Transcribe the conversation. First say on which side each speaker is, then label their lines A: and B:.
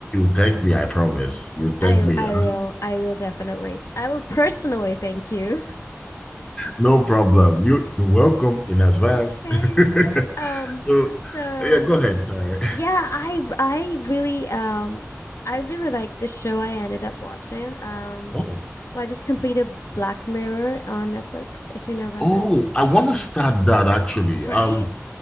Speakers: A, on the left (about 20°); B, on the left (about 70°).
A: thank me, I promise. You thank
B: I
A: me.
B: I
A: <laughs>
B: will. I will definitely. I will personally thank you. <laughs>
A: No problem. You you're welcome in advance.
B: Okay.
A: <laughs>
B: Um.
A: So
B: So
A: yeah, go ahead. Sorry.
B: Yeah, I I really um I really like the show I ended up watching. Um,
A: Oh.
B: well, I just completed Black Mirror on Netflix, if you know about
A: Oh,
B: that.
A: I want to start that actually.
B: Right?
A: Um,